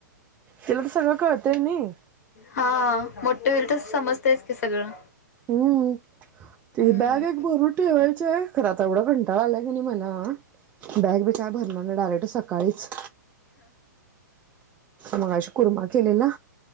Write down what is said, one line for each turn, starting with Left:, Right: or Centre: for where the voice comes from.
Right: तिला तर सगळं कळतंय नाही
Left: हा मोठे होईल तर समजतयच क सगळं
Right: हम्म त
Left: हम्म
Right: बॅग एक भरून ठेवायचं आहे खरं आता एवढा कंटा आलाय नाही मला बॅग काय भरणारना डायरेक्ट सकाळीच मग अशी कुरमा केलेला